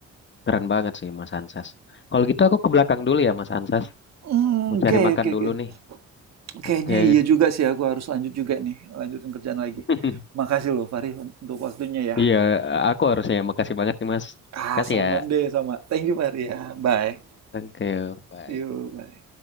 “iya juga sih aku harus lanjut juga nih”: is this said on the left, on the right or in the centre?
Right